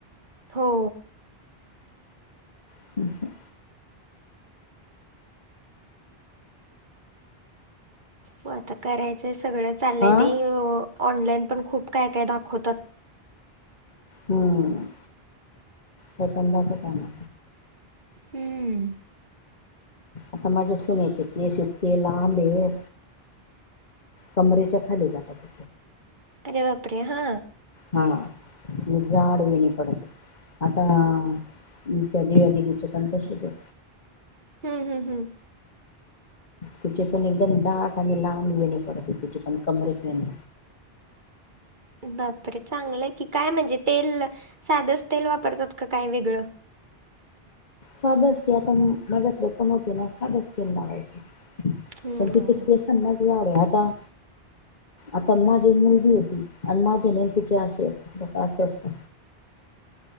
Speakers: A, on the right (about 50°); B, on the left (about 45°).
A: हो.
B: <inaudible>
A: हो आता करायचंय सगळं चाललंय
B: हा
A: ते ऑनलाईन पण खूप काय काय दाखवतात.
B: हम्म ते पण दाखवता ना.
A: हम्म
B: आता माझ्या सुनेचे केस इतके लांब हे. कमरेच्या खाली जातात.
A: अरे बाप रे हा.
B: हा नि जाड वेणी पडत आता त्या दिया दिदी चे पण तसे आहे.
A: हम्म हम् हम्
B: तिचे पण एकदम दाट आणि लांब वेणी पडते तिचे पण कमरे पर्यंत.
A: बापरे चांगलं की काय म्हणजे तेल साधच तेल वापरतात का काय वेगळं.
B: सादच असते आता माझ्याकडे कमवते ना सादच तेल लावाते
A: हम्म.
B: पण तिथे केसांना च वाढय आता आता माझी एक मुलगी होती आणि माझे नाही न तिचे आशे असे असत.